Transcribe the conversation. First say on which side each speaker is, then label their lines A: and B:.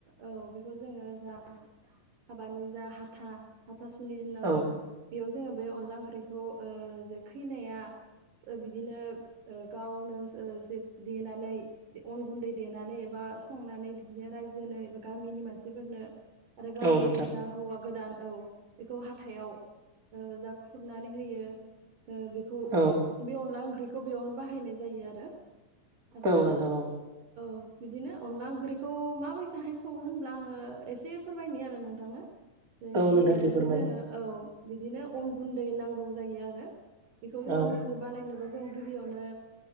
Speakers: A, on the right (about 65°); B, on the right (about 25°).
A: औ बेखौ जोङो जा हाबानि जा हा था हाथासुनि होनना
B: औ
A: बुङो बेयाव जोङो बे अनला ओंख्रिखौ ओ जे खैनाया बिदिनो ओ गावनो ओ देनानै अन गुन्दै देनानै एबा बा संनानै बिदिनो रायजोनो एबा गामिनि मानसिफोरनो आरो गावनि
B: औ नोंथां
A: जा हौवा गोदान औ बेखौ हाथायाव ओ जा खुरनानै होयो बेखौ
B: औ
A: बे अनला ओंख्रिखौ बेयावनो बाहायनाय जायो आरो आरो
B: औ नोंथां औ
A: औ बिदिनो अनला ओंख्रिखौ माबायदिाहाय सङो होनब्ला आङो एसे फोरमायनि आरो नोंथांनो
B: औ
A: गिबियावनो
B: नोंथां दे फोरमाय
A: जोङो औ बिदिनो अन गुन्दै नांगौ जायो आरो बेखौ जों
B: औ
A: उन उन्दै बानायनोबा जों गिबियावनो